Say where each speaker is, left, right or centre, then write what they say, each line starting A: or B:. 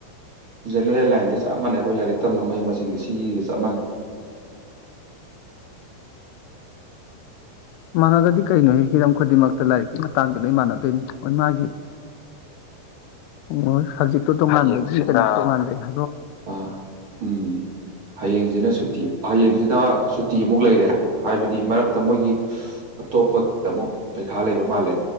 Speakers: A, on the right; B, on the left.
A: ꯖꯦꯅꯔꯦꯜ ꯂꯥꯏꯟꯒ ꯆꯞ ꯃꯥꯟꯅꯩꯈ ꯂꯥꯏꯔꯤꯛ ꯇꯝꯕ ꯃꯍꯩ ꯃꯁꯤꯡꯁꯦ ꯁꯤ ꯆꯃꯟ
B: ꯃꯥꯟꯅꯗꯗꯤ ꯀꯩꯅꯣ ꯍꯤꯔꯝ ꯈꯨꯗꯤꯡꯃꯛꯇ ꯂꯥꯏꯔꯤꯛꯀꯤ ꯃꯇꯥꯡꯗ ꯂꯣꯏ ꯃꯥꯟꯅꯗꯣꯏꯅꯤ ꯍꯣꯏ ꯃꯥꯒꯤ ꯑꯣ ꯁꯖꯦꯛꯛꯇ ꯃꯛꯇ ꯃꯦ
A: ꯑ ꯎꯝ ꯍꯌꯦꯡꯁꯤꯅ ꯁꯨꯇꯤ ꯍꯌꯦꯡꯁꯤꯅ ꯇꯤ ꯑꯃꯨꯛ ꯂꯩꯔꯦ ꯍꯥꯏꯕꯗꯤ ꯃꯔꯛꯇ ꯃꯣꯏꯒꯤ ꯑꯇꯣꯞꯄꯒꯤ ꯑꯃꯨꯛ ꯄꯩꯈꯥ ꯂꯩꯕ ꯃꯥꯜꯂꯦ